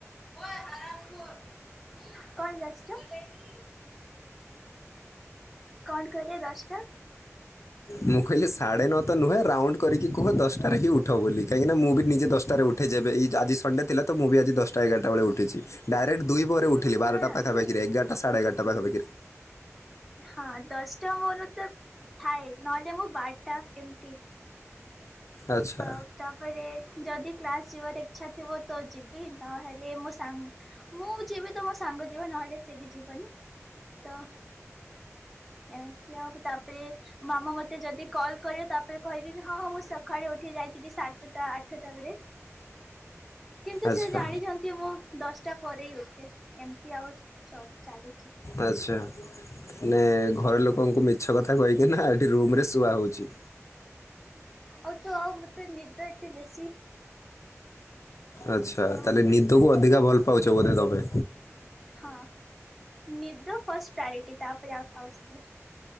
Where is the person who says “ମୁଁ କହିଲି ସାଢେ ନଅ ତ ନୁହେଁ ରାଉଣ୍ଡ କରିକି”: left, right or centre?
Left